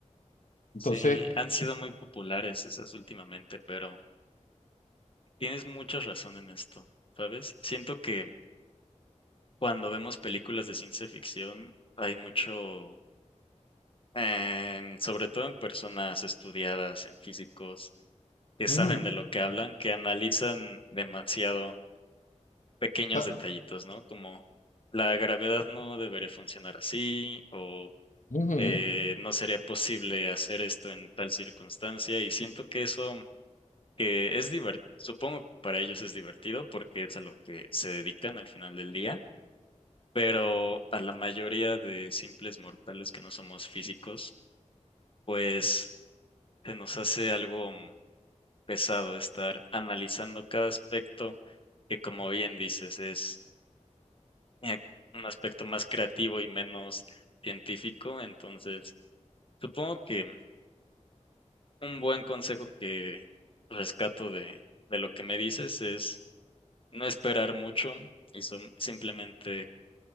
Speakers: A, on the left; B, on the left.
A: Sí,
B: Entonces,
A: han sido muy populares esas últimamente, pero tienes mucha razón en esto, ¿sabes? Siento que cuando vemos películas de ciencia ficción hay mucho, em, sobre todo en personas estudiadas, en físicos, que
B: ujú,
A: saben
B: o
A: de lo que hablan, que analizan demasiado pequeños
B: sea,
A: detallitos, ¿no? Como la gravedad no debería funcionar así o
B: ujú,
A: eh, no sería posible hacer esto en tal circunstancia y siento que eso que es divertido, supongo que para ellos es divertido porque es a lo que se dedican al final del día, pero a la mayoría de simples mortales que no somos físicos, pues se nos hace algo pesado estar analizando cada aspecto que, como bien dices, es eh, un aspecto más creativo y menos científico. Entonces, supongo que un buen consejo que rescato de, de lo que me dices es no esperar mucho y som- simplemente